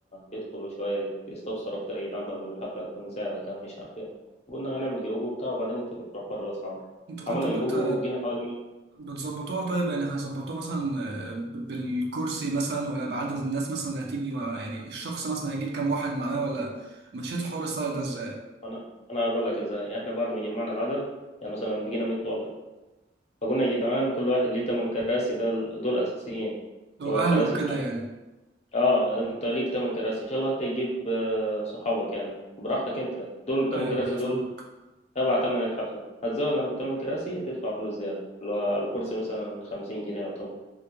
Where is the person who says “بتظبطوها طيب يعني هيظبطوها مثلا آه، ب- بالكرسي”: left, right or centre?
Right